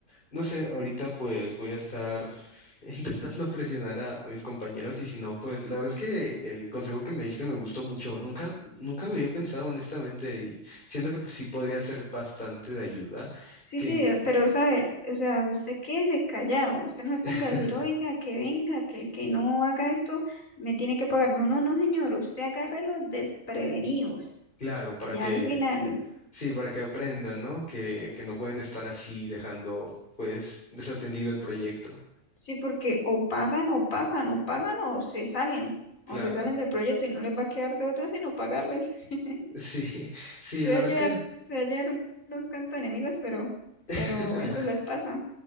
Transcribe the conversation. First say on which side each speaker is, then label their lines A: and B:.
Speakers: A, on the left; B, on the left.
A: No sé, ahorita pues voy a estar <laughs> intentando presionar a, a mis compañeros y si no, pues la verdad es que el consejo que me diste me gustó mucho. Nunca, nunca lo había pensado honestamente y siento que pues, sí podría ser bastante de ayuda,
B: Sí,
A: que
B: sí,
A: inc-
B: eh, pero sabe, o sea, usted quédese callado, usted no se ponga
A: <laughs>
B: a decir, oiga, que venga, que el que no haga esto me tiene que pagar. No, no, no, señor, usted agarre los desprevenidos,
A: claro, para
B: ya
A: que,
B: al final,
A: sí, para que aprendan, ¿no? Que, que no pueden estar así dejando pues desatendido el proyecto.
B: sí, porque o pagan o pagan, o pagan o se salen,
A: Claro,
B: o se salen del proyecto y no les va a quedar de otra sino pagarles. <laughs>
A: sí, <laughs> sí,
B: Se
A: la
B: va
A: verdad
B: a llevar,
A: es que...
B: se va a llevar unos cantos enemigos, pero,
A: <laughs>
B: pero eso les pasa.